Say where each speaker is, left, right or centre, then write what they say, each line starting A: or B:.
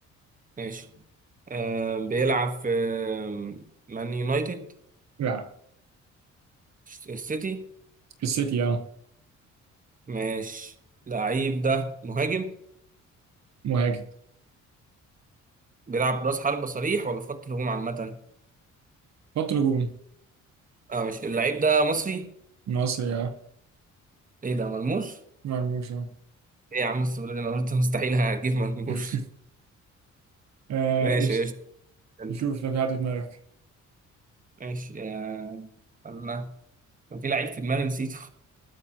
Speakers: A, on the right; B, on the right.
A: ماشي آه بيلعب في آه، مان يونايتد
B: لا
A: السيتي
B: في السيتي اه
A: ماشي اللعيب ده مهاجم
B: مهاجم
A: بيلعب راس حربة صريح ولا في خط الهجوم عامة؟
B: خط هجوم
A: اه ماشي اللعيب ده مصري
B: مصري اه
A: ايه ده ملموس؟
B: مرموش اه
A: ايه يا عم السؤال اللي انا قلت مستحيل هجيب مرموش
B: <laughs> آه،
A: ماشي
B: قشطه
A: يا انت
B: نشوف لو في حد في دماغك
A: ماشي يا الله كان في لعيب في دماغي نسيته